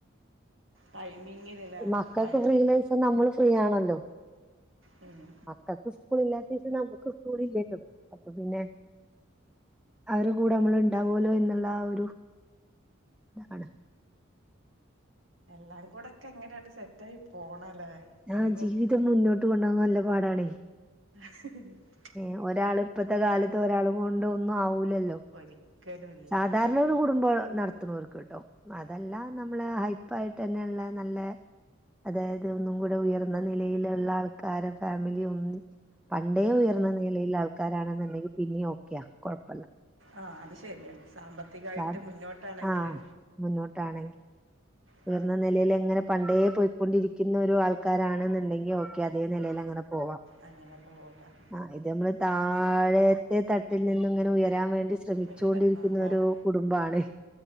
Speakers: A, on the right; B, in the centre.
A: ടൈമിങ്ങിലല്ലേ
B: മക്കൾക്ക്
A: ടൈം
B: ഫ്രീ ഇല്ലെ ദിവസം നമ്മളും ഫ്രീയാണല്ലോ
A: ഹ്മ്മ്
B: മക്കൾക്ക് സ്കൂളില്ലാത്ത ദിവസം നമ്മുക്ക് സ്കൂളില്ലല്ലോ അപ്പ പിന്നെ അവരെ കൂടെ നമ്മള്ണ്ടാവല്ലോ എന്നുള്ള ആ ഒരു ഇതാണ്.
A: എല്ലാം കൂടെ ഒക്കെ അങ്ങനെയണ്ട് സെറ്റായി പോണല്ലേ ഒന്നും
B: ആഹ് ജീവിതൊന്ന് മുന്നോട്ട് കൊണ്ടാവാൻ നല്ല പാടണെ
A: <unintelligible>
B: ഏഹ് ഒരാള് ഇപ്പത്തെ കാലത്ത് ഒരാളെ കൊണ്ട് ഒന്നും ആവുലല്ലോ
A: ഒരിക്കലും ഇല്ല
B: സാധാരണ
A: എങ്ങനെ
B: ഒര് കുടുംബം നടത്ത്ണോൽക്ക്ട്ടോ അതല്ലാ നമ്മള് ഹൈ പ്പായിട്ടന്നെ ഇള്ള നല്ലെ അതായിത് ഒന്നും കൂടെ ഉയർന്ന നിലയിലുള്ള ആൾക്കാരെ ഫാമിലി ഒന്നും പണ്ടേ ഉയർന്ന
A: ആ
B: നിലയിൽ ആൾക്കാരാണെന്നുണ്ടെങ്കിൽ പിന്നെയും ഓക്കെയാ കൊഴപ്പല്ല.
A: ആഹ് അത് ശരിയാണ് സാമ്പത് ത്തികായിട്ട്
B: സാ
A: മുന്നോട്ടാണെങ്കില്
B: ആഹ് മുന്നോട്ടാണെങ്കി
A: ആഹ്
B: ഉയർന്ന നെലേല് എങ്ങനെ പണ്ടേെ പോയിക്കൊണ്ടിരിക്കുന്ന ഒരു ആൾക്കാരാണെന്നുണ്ടെങ്കി ഓക്കെ അതേ നിലേൽ അങ്ങനെ പോവാം.
A: അങ്ങനെ പോവാം.
B: ആഹ് ഇത് നമ്മള് താഴത്തെ തട്ടിൽ നിന്നുംങ്ങൻ ഉയരാൻ വേണ്ടി ശ്രമിച്ചു
A: ഇങ്ങനെ
B: കൊണ്ടിരിക്കുന്ന
A: അതാണ്
B: ഒരു കുടുംബാണ്